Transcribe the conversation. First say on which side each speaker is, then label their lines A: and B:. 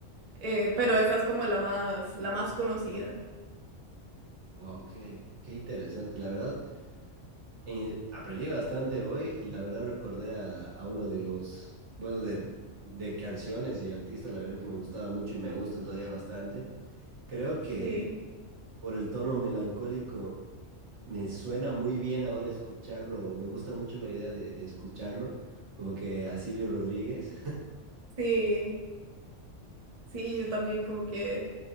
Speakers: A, on the right; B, on the right.
A: eh, pero esa es como la más, la más conocida.
B: Wow, qué, qué interesante. La verdad, eh, aprendí bastante hoy y la verdad recordé a, a uno de los, bueno, de, de canciones y artistas, la verdad que me gustaba mucho y me gustan todavía bastante. Creo que
A: Sí,
B: por el tono melancólico, me suena muy bien ahora escucharlo, me gusta mucho la idea de, de escucharlo, como que a Silvio Rodríguez,
A: sí, sí, yo también como que